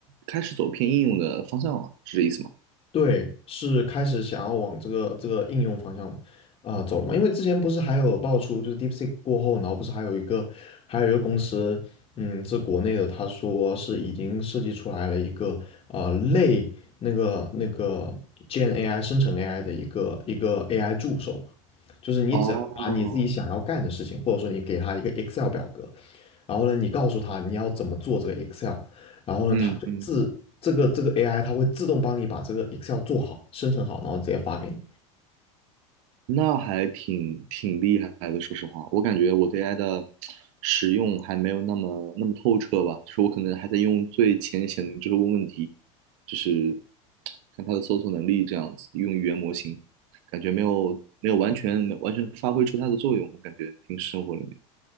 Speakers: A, on the right; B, on the left.
A: 开始走偏应用的方向了，是这意思吗？
B: 对，是开始想要往这个这个应用方向啊、呃走了嘛？因为之前不是还有爆出，就是 DeepSeek 过后，然后不是还有一个还有一个公司，嗯，是国内的，他说是已经设计出来了一个呃类那个那个 g n AI 生成 AI 的一个一个 AI 助手嘛，就是你只要把你自己想要干的事情，
A: 哦，
B: 或者说你给他一个 Excel 表格，然后呢，你告诉他你要怎么做这个 Excel，然后呢，
A: 嗯嗯
B: 它就自这个这个 AI 它会自动帮你把这个 Excel 做好、生成好，然后直接发给你。
A: 那还挺挺厉害的，说实话，我感觉我对 AI 的使用还没有那么那么透彻吧，就是我可能还在用最浅显的，就是问问题，就是看它的搜索能力这样子，用语言模型，感觉没有没有完全没有完全发挥出它的作用，我感觉平时生活里面，